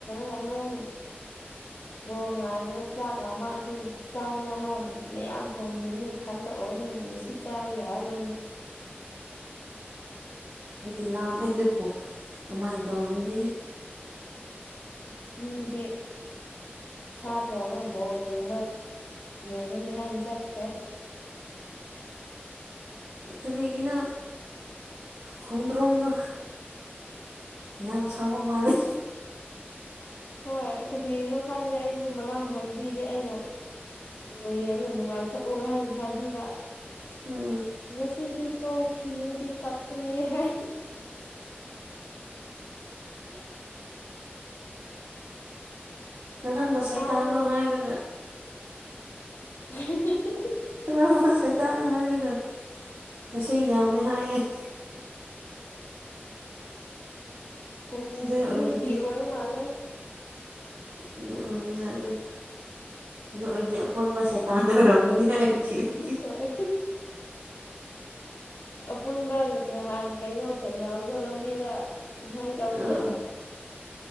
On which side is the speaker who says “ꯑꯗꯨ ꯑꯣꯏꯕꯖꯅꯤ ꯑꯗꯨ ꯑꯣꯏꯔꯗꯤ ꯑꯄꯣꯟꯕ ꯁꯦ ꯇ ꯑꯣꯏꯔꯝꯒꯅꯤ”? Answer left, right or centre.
Right